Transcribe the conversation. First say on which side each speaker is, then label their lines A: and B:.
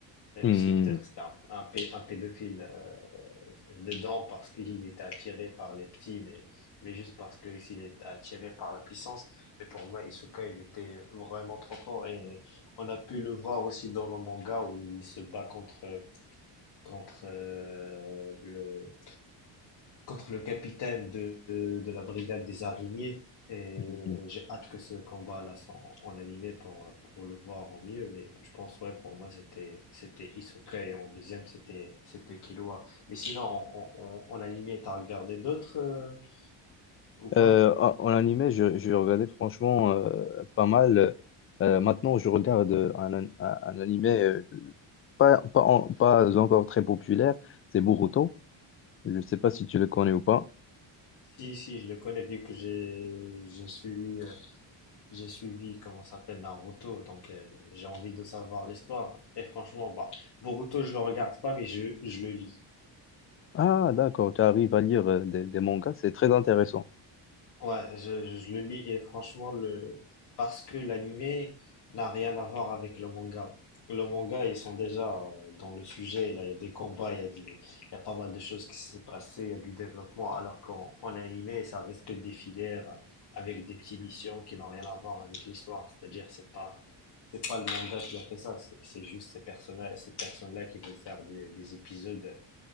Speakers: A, on the left; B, on the left.
A: même
B: Hmm.
A: si peut-être c'était un, un, pé- un pédophile. euh, dedans parce qu'il était attiré par les petits, mais, mais juste parce que s'il était attiré par la puissance. Mais pour moi, Isuka, il était vraiment trop fort et on a pu le voir aussi dans le manga où il se bat contre, contre euh, le, contre le capitaine de, de de la brigade des araignées. Et
B: hmm, hmm.
A: j'ai hâte que ce combat-là soit en, en animé pour, euh, pour le voir au mieux. Mais je pense, ouais, pour moi, c'était, c'était Hisoka et en deuxième, c'était, c'était Killua. Mais sinon, en, en, en en animé, t'as regardé d'autres euh, ou pas?
B: Euh, en en animé, je, je regardais franchement euh, pas mal. Euh, maintenant, je regarde euh, un, un, un animé euh, pas, pas, en- pas encore très populaire, c'est Boruto. Je ne sais pas si tu le connais ou pas.
A: Si, si, je le connais vu que j'ai, j'ai suivi, euh, j'ai suivi, comment ça s'appelle, Naruto. Donc, euh, j'ai envie de savoir l'histoire. Et franchement, bah, Boruto, je le regarde pas, mais je, je le lis.
B: Ah, d'accord, tu arrives à lire euh, des, des mangas, c'est très intéressant.
A: Ouais, je, je le lis et franchement, le... parce que l'animé n'a rien à voir avec le manga. Le manga, ils sont déjà euh, dans le sujet. Là, il y a des combats, il y a, des- il y a pas mal de choses qui s'est passé, il y a du développement. Alors qu'en en animé, ça reste que des filaires avec des petites missions qui n'ont rien à voir avec l'histoire. C'est-à-dire, c'est pas, c'est pas le manga qui a fait ça. C'est c'est juste ces personnages, ces personnes-là qui veulent faire des, des épisodes